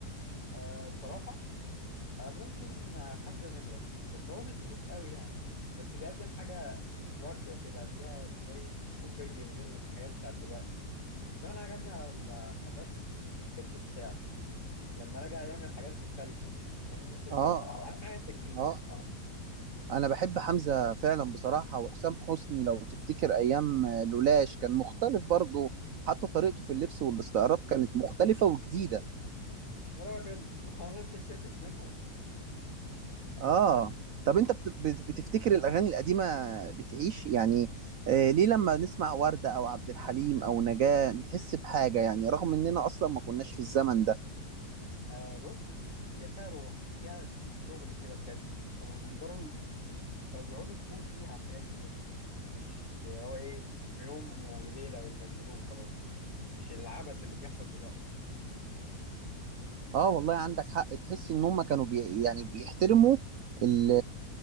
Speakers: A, on the left (about 45°); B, on the right (about 65°).
A: آه بصراحة آه ممكن آه، حمزة نمرة بس هو مش جديد قوي يعني بس بيقدم حاجة راقية كده فيها شوية رقي غير الحاجات بتاعت دلوقتي وكمان عجبني على الحجار في الجديد في التجديد بتاعه لما رجع يعمل حاجات مختلفة فاهمني انت ازاي؟
B: اه
A: أهم حاجة التجديد
B: اه
A: بس
B: انا بحب حمزة فعلا بصراحة وحسام حسني لو تفتكر ايام لولاش كان مختلف برضه حتى طريقته في اللبس والاستعارات كانت مختلفة وجديدة
A: يا راجل <laughs> ما هو انت شفت منها
B: اه طب انت بت- بت- بتفتكر الاغاني القديمه بتعيش يعني آه ليه لما نسمع ورده او عبد الحليم او نجاة نحس بحاجه يعني رغم اننا اصلا ما كناش في الزمن ده
A: آه بص هي فيها روح فيها شغل كده بجد كانوا بيقدروا كانوا بيقعدوا شهور فيها على الحاجات ديت مش هو ايه مش في يوم وليلة وينزلوه خلاص مش العبث اللي بيحصل دلوقتي
B: اه والله عندك حق تحس ان هم كانوا بي يعني بيحترموا ال